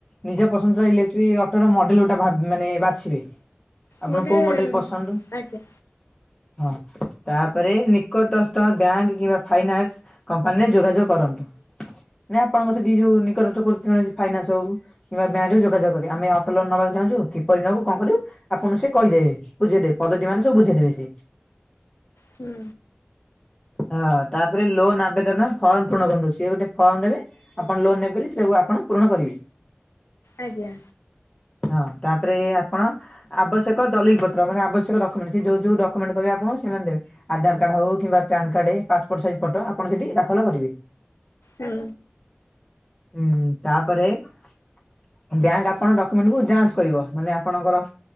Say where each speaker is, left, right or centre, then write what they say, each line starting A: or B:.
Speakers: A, on the left (about 20°); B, on the left (about 85°).
A: ନିଜ ପସନ୍ଦର ଇଲେକ୍ଟ୍ରିକ ଅଟୋ ର ମଡେଲ ଗୋଟେ ଭାବ ମାନେ ବାଛିବେ। ଆପଣ
B: ଗୋଟେ
A: କୋଉ ମଡେଲ ପସନ୍ଦ?
B: ଆଜ୍ଞା
A: ହଁ ତାପରେ ନିକଟସ୍ଥ ବ୍ୟାଙ୍କ କିମ୍ବା ଫାଇନାନ୍ସ କମ୍ପାନୀରେ ଯୋଗାଯୋଗ କରନ୍ତୁ। ନା ଆପଣଙ୍କ ସେଠି ଯୋଉ ନିକରତ୍ କରୁ କୌଣସି ଫାଇନାନ୍ସ ହଉ କିମ୍ବା ବ୍ୟାଙ୍କ ରେ ଯୋଗାଯୋଗ କରିବେ ଆମେ ଅଟୋ ଲୋନ ନବାକୁ ଚାହୁଁଛୁ କିପରି ନବୁ କଣ କରିବୁ ଆପଣ ସେ କହିଦେବେ ବୁଝେଇଦେବେ ପଦତି ମାନେ ସବୁ ବୁଝେଇଦେବେ ସେ।
B: ହୁଁ
A: ହଁ ତାପରେ ଲୋନ୍ ଆବେଦନ ଫର୍ମ ପୂରଣ କରନ୍ତୁ ସିଏ ଗୋଟେ ଫର୍ମ ନେବେ ଆପଣ ଲୋନ ନେବବୋଲି ସେଟାକୁ ଆପଣ ପୂରଣ କରିବେ।
B: ଆଜ୍ଞା
A: ହଁ ତାପରେ ଆପଣ ଆବଶ୍ୟକ ଏକ ଦଲିଲ ପତ୍ର ମାନେ ଆବଶ୍ୟକ ଡକ୍ୟୁମେଣ୍ଟ ସେ ଯୋଉ ଯୋଉ ଡକୁମେଣ୍ଟ କହିବେ ଆପଣ ସେମାନେ ଦେବେ ଆଧ କାର୍ଡ ହଉ କିମ୍ବା PAN card passport size photo ଆପଣ ସେଠି ଦାଖଲ କରିବେ।
B: ହୁଁ
A: ହୁଁ ତାପରେ ବ୍ୟାଙ୍କ ଆପଣଙ୍କ ଡକ୍ୟୁମେଣ୍ଟକୁ ଯାଞ୍ଚ କରିବ ମାନେ ଆପଣଙ୍କର